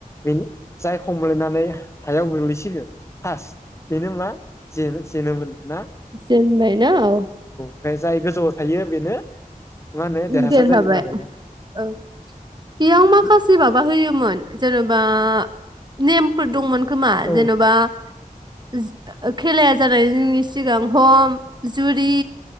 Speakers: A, on the left; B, on the right.
A: बेनि जाय खमलायनानै हायाव गोग्लैसिगोन फास बेनो मा जेनो जेनोमोन। ना
B: जेनबायना औ।
A: ओमफ्राय जाय गोजौआव थायो बेनो मा होनो देरहासार
B: देरहाबाय
A: जायोमोन आरोना
B: औ बेयाव माखासे माबा होयोमोन जेन'बा नेमफोर दंमोन। खोमा
A: औ
B: जेन'बा <unintelligible> खेलाया जानायनि सिगां हम जुरि